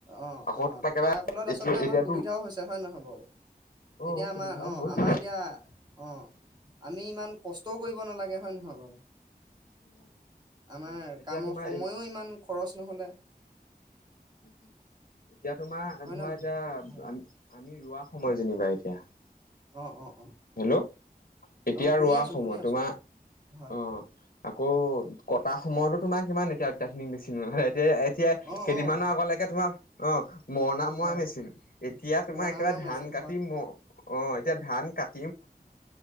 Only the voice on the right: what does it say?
অ
অ
তাৰ ফলত
আচলতে আমাৰ
সুবিধাও হৈছে হয়ে নহয় বাৰু
এতিয়া
আমাৰ অ
আমাৰ এতিয়া অ আমি ইমান কষ্টও কৰিব নালাগে হয় নহয় বাৰু
আমাৰ
কামৰ
সময়ো ইমান খৰচ নহলে
হয়
নে নহয়
হয়
অ, অ
অ শুনি
আছো
শুনি আছো
হয়
অ',
অ',
অ',
মৰণা
মৰা মেচিন